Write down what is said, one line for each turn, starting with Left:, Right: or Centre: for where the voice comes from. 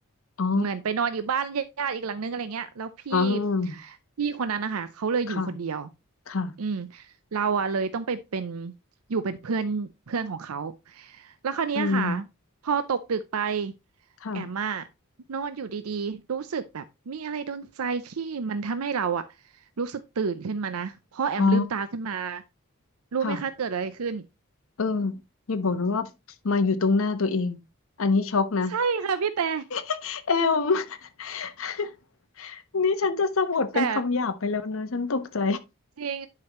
Left: อ๋อ
Right: เหมือนไปนอนอยู่บ้านญาติอีกหลังนึงอะไรเงี้ยแล้วพี่
Left: อ๋อ
Right: พี่คนนั้นนะคะเขาเลยอยู่คนเดียว
Left: ค่ะค่ะ
Right: อืมเราอะเลยต้องไปเป็นอยู่เป็นเพื่อนเพื่อนของเขาแล้วคราวเนี้ยค่ะ
Left: อืม
Right: พอตกดึกไป
Left: ค่ะ
Right: แอมอะนอนอยู่ดีๆรู้สึกแบบมีอะไรโดนใจที่มันทำให้เราอะรู้สึกตื่นขึ้นมานะพอแอมลืมตาขึ้นมา
Left: อ๋อ
Right: รู้ไหมคะเกิดอะไรขึ้น
Left: ค่ะเอออย่าบอกนะว่ามาอยู่ตรงหน้าตัวเองอันนี้ช็อกนะ
Right: ใช่ค่ะพี่แต่
Left: <laughs> เอม <laughs> นี่ฉันจะสะบัดเป็นคำหยาบไปแล้วนะฉันตกใจ
Right: แต่จริง